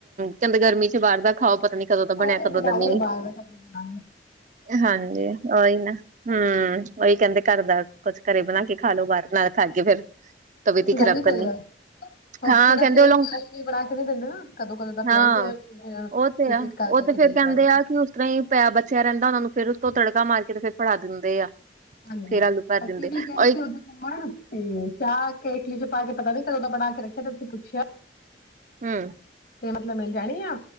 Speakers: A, on the right; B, on the left.
A: ਕਹਿੰਦੇ ਗਰਮੀ ਚ ਬਾਰ ਦਾ ਖਾਓ। ਪਤਾ ਨੀ ਕਦੋਂ ਦਾ
B: ਉਹ
A: ਬਣਿਆ
B: ਵੀ
A: ਕਦੋਂ
B: ਬੇਕਾਰੀ
A: ਦਾ ਨਈ,
B: ਬਾਲ ਦਾ ਖਾਣਾ ਬਣਾਉਣਾ।
A: ਹਾਂਜੀ ਔਈ ਨਾ ਹੂੰ। ਹੂੰ ਉਈ ਕਹਿੰਦੇ ਘਰ ਦਾ ਕੁਛ ਘਰੇ ਬਣਾ ਕੇ ਖਾਲੋੋ ਬਾਹਰ ਨਾਲ। ਖਾਗੇ ਫੇਰ ਤਬੀਅਤ ਈ
B: ਗੱਲ
A: ਖਰਾਬ
B: ਵੀ ਸਹੀ
A: ਕਰਨੀ।
B: ਹੈ। <unintelligible>
A: ਹਾਂ ਕਹਿੰਦੇ ਉਹ ਲੋਕ ਹਾਂ ਉਹ ਤੇ ਆ।
B: ਕਰ
A: ਉਹ
B: ਕਰਕੇ
A: ਤੇ ਫੇਰ
B: ਦੇ
A: ਕਹਿੰਦੇ
B: ਜਾਣਗੇ।
A: ਆ ਕਿ ਉਸ ਤਰ੍ਹਾਂ ਹੀ ਪਿਆ ਬਚਿਆ ਰਹਿੰਦਾ ਉਹਨਾ ਨੂੰ ਫਿਰ। ਤੋਂ ਤੜਕਾ ਮਾਰ ਕੇ ਤੇ ਫੇਰ ਫੜਾ ਦਿੰਦੇ ਆ।
B: ਹਾਂਜੀ।
A: ਫੇਰ ਆਲੂ ਭਰ
B: ਅਸੀਂ
A: ਦਿੰਦੇ
B: ਵੀ ਗਏ
A: ਔਰ
B: ਸੀ ਉਧੋਂ ਘੁੰਮਣ ਤੇ ਚਾਹ ਕੇਟਲੀ ਚ ਪਾ ਕੇ ਪਤਾ ਨੀ ਫੇਰ ਉਹਦਾ ਬੜਾ ਹੱਕ ਰੱਖਿਆ ਫੇਰ ਪੁੱਛਿਆ।
A: ਹਮ।
B: ਤੇ ਮਤਲਬ ਮਿਲ ਜਾਣੀ ਆ।